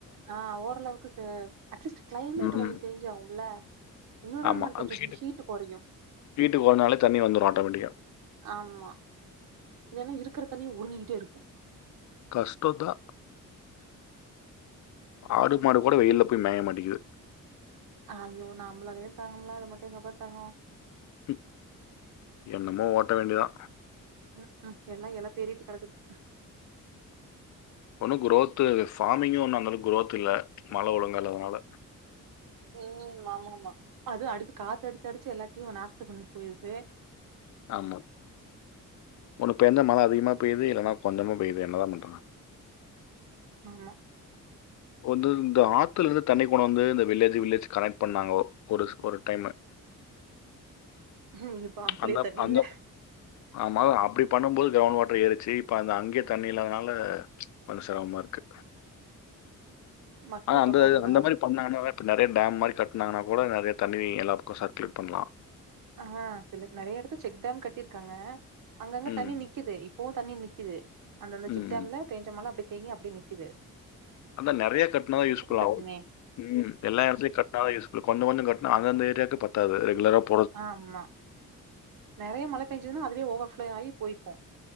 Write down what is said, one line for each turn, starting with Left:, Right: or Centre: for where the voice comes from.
Right: ஆ ஓரளவுக்கு சென் அட்லீஸ்ட் க்ளைமேட்டு
Left: ம்.
Right: கொன் சேஞ்சாவுல்ல என்விரான்மெண்ட்
Left: ஆமா. அது
Right: கொஞ்ச
Left: ஹீட்டுக்கு
Right: இந்த ஹீட்டு் கொறையு
Left: ஹீட்டுக்கு ஓடுனாலே தண்ணி வந்துரும் ஆட்டோமேட்டிக்கா.
Right: ஆமா இதென்ன இருக்குற தண்ணிய உறுஞ்சிக்கிட்டேயிருக்கு
Left: கஷ்டோதா ஆடு மாடு கூட வெயில்ல போய் மேய மாட்டிக்கு
Right: ஆயோ நம்ளாலே தாங்கமுல அது மட்டி எங்கப்பா தங்கு
Left: பி என்னமோ ஓட்ட வேண்டிதா
Right: ம்ம் எல்லா எல பேறிட்டு கெடக்குது
Left: ஒன்னு க்ரோத்து ஃபாமிங்கு ஒன்னு அந்தளவுக்கு க்ரோத்தில்ல மழ ஒழுங்கால்லாதனால
Right: உம் ஆமாமா அது அடுத்து காத்து அடுச்சு அடுச்சு எல்லாத்தியு நாஸ்தி பண்ணி புய்தே
Left: ஆமா ஒன்னு பென்தா மழ அதிகமா பெய்து இல்லன்னா கொஞ்சமா பெய்து என்ன தா பண்றாங்க
Right: ஆமா
Left: வொந்து இந்த ஆத்துலருந்து தண்ணிகொனாந்து இந்த வில்லேஜ்ஜு வில்லேஜ் கனெக் பண்ணாங்கோ ஒருஸ் ஒரு டைம்மு
Right: ம், இப்ப ஆத்துலயே
Left: அந்தவ்
Right: தண்ணி
Left: அந்தொ
Right: இல்ல
Left: ஆமா அப்டி பண்ணும்போது க்ரௌண்ட் வாட்டர் ஏறுச்சி இப்ப அந்த அங்கே தண்ணி இல்லாதனால பனு செரம்மாருக்கு
Right: மக்கள்
Left: ஆ அந்த
Right: தொக
Left: அ
Right: அதிகோ
Left: அந்த மாரி பண்ணாங்கனா இப்ப நறயா டாம் மாரி கட்னாங்கனா கூட நறய தண்ணி எல்லாபக்கொ சர்க்குலேட் பண்லா
Right: அஹா சில நறயா இடத்து செக் டம் கட்டிர்க்காங்க அங்கங்க
Left: ம்.
Right: தண்ணி நிக்கிதே இப் போ தண்ணி நிக்கிது அந்தந்த
Left: ம்.
Right: செக் டாம்ல பேஞ்ச மழ அப்டி தேங்கி அப்டே நிக்கிது
Left: அந்த நெறயா கட்னாதா யூஸ்ஃபுல்லாகு
Right: கட்டணுமே
Left: ம் எல்லாயிடத்துலயு கட் நால யூஸ்ஃபுல் கொன்னு கொன்னு கட்னா அந்தந்த ஏரியாக்கே பத்தாது ரெகுலராப்
Right: ஆமா நெறயா மழ பேஞ்சுனா அதுவே ஓவர்ஃப்ளோயாயி பொய்க்கு